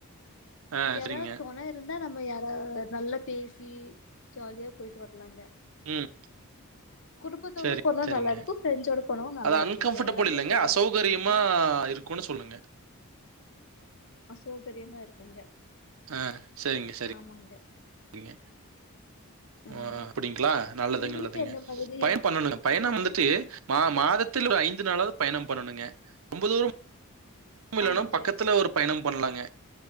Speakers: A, on the right (about 65°); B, on the left (about 55°).
A: ஆ
B: யாராவது
A: சரிங்க.
B: தொண இருந்தா நம்ம யாரவது நல்ல பேசி ஜாலியா போயிட்டு வரலாங்க
A: ம்.
B: குடும்பத்தோட
A: சரி,
B: போனா
A: சரிங்க.
B: நல்லா இருக்கு ஃப்ரெண்ட்சோட போனாவு நல்லா
A: அது
B: இருக்குங்க
A: அன்கம்ஃபர்டபுள்
B: எல்லாமே
A: இல்லங்க.
B: ஜொல்
A: அசௌகரியமா
B: எனக்குலா
A: இருக்கும்னு சொல்லுங்க.
B: அசோகரியமா இருக்குங்க
A: ஆஹ் செரிங்க செரி
B: ஆமாங்க
A: இங்க
B: ம்
A: ஆ ஆ அப்டிங்களா நல்லதுங்க
B: உங்களுக்கு
A: நல்லதுங்க
B: எந்த மாதிரி
A: பயன்
B: இருக்கப்ப
A: பண்ணணுங்க
B: புடிக்குங்க
A: பயணோ வந்துட்டு மா மாதத்தில் ஒரு ஐந்து நாளாவது பயணோ பண்ணணுங்க ரொம்ப தூரோ னு இல்லனா
B: ஆமாங்க
A: பக்கத்துல ஒரு பயணம் பண்ணலாங்க